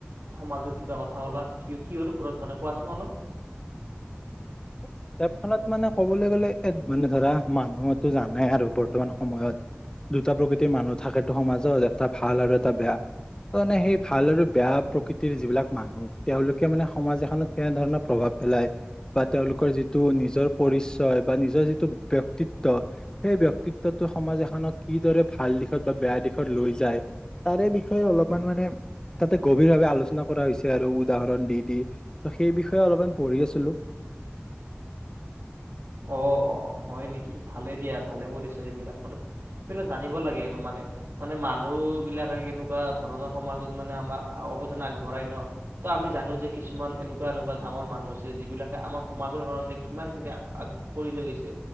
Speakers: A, on the right; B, on the left.
A: সমাজৰ কিবা কথা ক'লা কিহৰ ওপৰত মানে কোৱাচোন অলপ
B: কিতাপখনত মানে কবলৈ গ'লে মানে ধৰা মানুহো জানাই আৰু বৰ্তমান সময়ত দুটা প্ৰকৃতিৰ মানুহ থাকেতো সমাজত এটা ভাল আৰু এটা বেয়া তানে সেই ভাল আৰু বেয়া প্ৰকৃতিৰ যিবিলাক মানুহ তেওঁলোকে মানে সমাজ এখনত কেনেধৰণৰ প্ৰভাৱ পেলায় বা তেওঁলোকৰ যিটো নিজৰ পৰিচয় বা নিজৰ যিটো ব্যক্তিত্ব সেই ব্যক্তিত্বটো সমাজ এখনক কিদৰে ভাল দিশত বা বেয়া দিশত লৈ যায় তাৰে বিষয়ে অলপমান মানে তাতে গভীৰ ভাৱে আলোচনা কৰা হৈছে আৰু উদাহৰণ দি দি ত সেই বিষয়ে অলপমান পঢ়ি আছিলো
A: অ অঁ হয় নেকি ভালে দিয়া ভালে কৰিছা এইবিলাক মানে সেইবিলাক জানিব লাগে আৰু মানে মানে মানুহবিলাকে কেনেকুৱা ধৰণৰ সমাজত মানে আমাৰ অৱদান আগবঢ়াই ন তো আমি জানো যে কিছুমান এনেকুৱা এনেকুৱা ডাঙৰ মানুহ আছে যিবিলাকে আমাৰ সমাজৰ কাৰণে কিমানখিনি আগ কৰি থৈ গৈছে